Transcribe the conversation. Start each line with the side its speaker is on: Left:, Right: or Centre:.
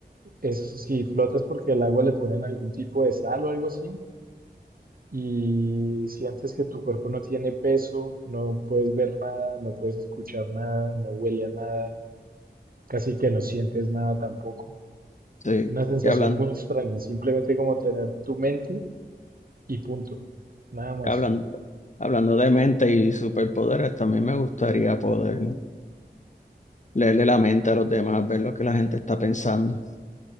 Right: Eso sí, flotas porque al agua le ponen algún tipo de sal o algo así y sientes que tu cuerpo no tiene peso, no puedes ver nada, no puedes escuchar nada, no huele a nada, casi que no sientes nada tampoco.
Left: sí,
Right: Es una sensación
Left: y hablan,
Right: muy extraña, simplemente como tener tu mente y punto, nada más.
Left: hablan, hablando de mente y superpoderes, también me gustaría poder. leerle la mente a los demás, ver lo que la gente está pensando.